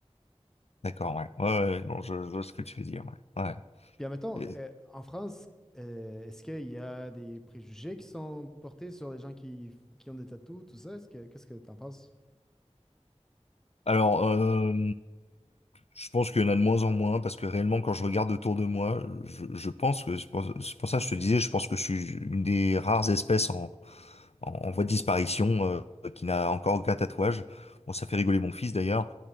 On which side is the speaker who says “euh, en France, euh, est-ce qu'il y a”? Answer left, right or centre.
Centre